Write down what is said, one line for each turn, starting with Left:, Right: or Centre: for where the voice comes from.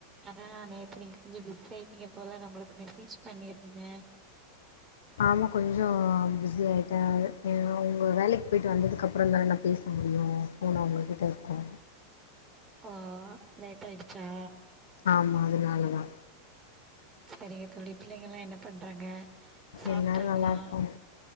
Right: ஆனா நேத்து நீங்க கொஞ்சோ பிசி ஆய்ட்டிங்க போல நா உங்களுக்கு மெசேஜ் பண்ணிருந்த
Left: ஆமா கொஞ்சோ ஃபிஸி ஆய்ட்ட அவுங்க வேலைக்கு போய்ட்டு வந்ததுக்கப்றநா தான நா பேச முடியு ஃபோன் அவுங்ககிட்ட இருக்கு
Right: ஆ லேட் ஆய்டுச்சா
Left: ஆமா அதுனால தா
Right: சரிங்க தோழி பிள்ளைங்கலா என்ன பண்றாங்க சாப்ட்டாங்களா
Left: எல்லாரு நல்லார்க்காங்க